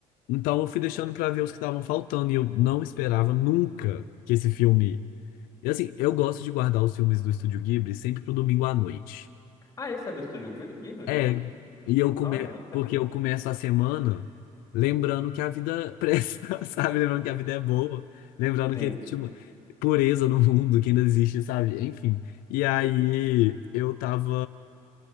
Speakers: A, on the left (about 85°); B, on the left (about 25°).
A: Então, eu fui deixando pra ver os que estavam faltando. E eu não esperava nunca que esse filme E assim, eu gosto de guardar os filmes do Estúdio Ghibli sempre pro domingo à noite.
B: Ah, esse é do estúdio Ghibli
A: É,
B: também?
A: e eu come...
B: Olha, nem sabia.
A: porque eu começo a semana lembrando que a vida <laughs> presta, sabe? Lembrando que a vida é boa, lembrando
B: Sim.
A: que existe uma pureza no mundo, que ainda existe, sabe? Enfim. E aí eu tava,